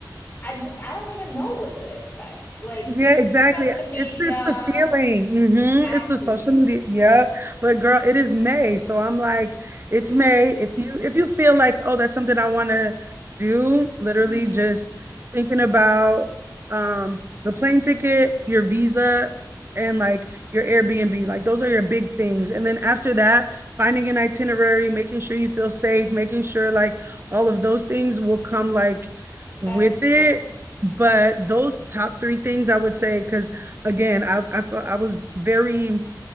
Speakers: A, on the left; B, on the right.
A: I just I don't even know what to expect. Like
B: Yeah,
A: you can
B: exactly.
A: trust the media.
B: It's it's the feeling. hmm
A: Exactly.
B: It's the social media. Yep. But girl, it is May. So I'm like, it's
A: hmm
B: May. If you if you feel like, oh, that's something I want to do, literally
A: hmm
B: just thinking about um the plane ticket, your visa, and like your Airbnb. Like those are your big things. And then after that, finding an itinerary, making sure you feel safe, making sure like all of those things will come like
A: That's
B: with it
A: true.
B: But those top three things I would say, because again, I, I felt I was very,